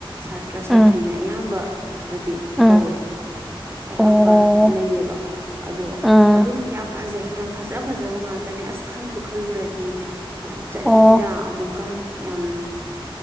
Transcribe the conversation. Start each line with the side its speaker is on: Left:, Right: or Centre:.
Right: ꯁꯥꯇ꯭ꯔ ꯁꯥꯇ꯭ꯔꯤꯅ
Centre: ꯎꯝ
Right: ꯑꯌꯥꯝꯕ ꯍꯥꯏꯕꯗꯤ
Centre: ꯎꯝ
Right: ꯇꯧꯋꯦ ꯑꯌꯥꯝꯕ
Centre: ꯑꯣ
Right: ꯂꯩꯌꯦꯕ ꯑꯗꯣ
Centre: ꯎꯝ
Right: ꯑꯗꯨꯝ ꯌꯥꯝ ꯐꯖꯩ ꯌꯥꯝ ꯐꯖ ꯐꯖꯕ ꯉꯥꯛꯇꯅꯦ ꯑꯁ ꯈꯟꯕꯨ ꯈꯜꯂꯨꯔꯗꯤ ꯌꯥꯝ ꯆꯠꯅꯤꯡꯉꯤꯗ
Centre: ꯑꯣ
Right: ꯑꯃꯨꯛꯀ ꯌꯥꯝꯅ